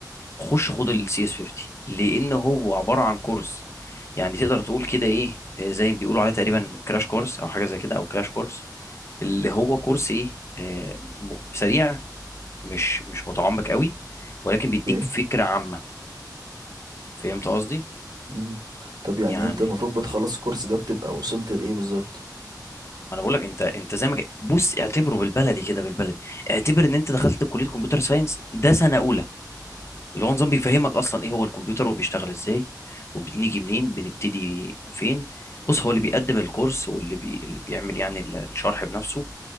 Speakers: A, on the left; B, on the right.
A: خش خد
B: مم.
A: السي اس 50 لان هو عباره عن كورس يعني تقدر تقول كده ايه آه، زي ما بيقولوا عليه تقريبا كراش كورس او حاجه زي كده او كراش كورس اللي هو كورس ايه آه، م- سريع مش مش متعمق قوي ولكن
B: اوكي
A: بيديك فكره عامه فهمت قصدي
B: مم. طب يعني
A: يعني
B: انت المفروض بتخلص الكورس ده بتبقى وصلت لايه بالظبط
A: ما انا بقول لك انت انت زي ما ك- بص اعتبره بالبلدي كده بالبلدي اعتبر ان انت دخلت كليه كمبيوتر ساينس ده سنه اولى اللي هو نظام بيفهمك اصلا ايه هو الكمبيوتر وبيشتغل ازاي وبنيجي منين بنبتدي فين بص هو اللي بيقدم الكورس واللي بي... اللي بيعمل يعني ال- الشرح بنفسه